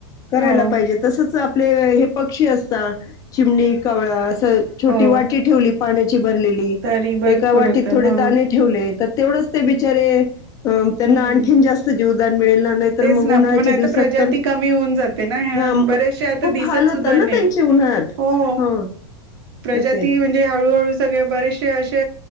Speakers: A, on the left; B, on the right.
A: करायला
B: हो
A: पाहिजे तसच आपले हे पक्षी अस <unintelligible> चिमणी, कावळा छोटी
B: हो
A: वाटी ठेवली पाण्याची भरलेली
B: तरी भरपूर
A: एका वाटीत
B: होतं
A: थोडे
B: हा
A: दाणे ठेवलेत तेवढंच ते बिचारे अ
B: हम्म
A: त्यांना आणखीन जास्त जीवदान मिळेल ना नाही तर
B: तेच
A: मग
B: ना
A: उन्हाळ्याच्या
B: पण आता
A: दिवसात
B: प्रजाती
A: तर
B: कमी होऊन
A: <unintelligible>
B: जाते ना ह्या
A: हा
B: बरेचसे आता
A: खूप
B: दिसत
A: हाल होता
B: सुद्धा
A: ना त्यांचे उन्हाळ्यात
B: हो
A: हा
B: प्रजाती
A: असं आहे
B: म्हणजे हळूहळू सगळे बरेचसे असे